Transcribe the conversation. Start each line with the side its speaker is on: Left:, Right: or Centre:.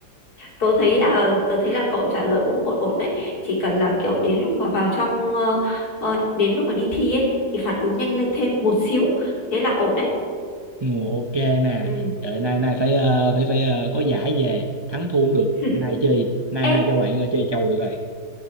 Left: tớ thấy là tớ thấy là cậu trả lời cũng ổn ổn đấy chỉ cần là kiểu đến lúc mà vào trong ờ, ờ, đến lúc mà đi thi ấy thì phản ứng nhanh lên thêm một xíu thế là ổn đấy
Right: Ừ, ok nè
Left: ừ
Right: trời nay nay phải ờ, phải phải ờ, có giải về thắng thua cũng được
Left: <laughs>
Right: nay chơi nay nay
Left: ê
Right: cho bạn ờ, chơi chầu được rồi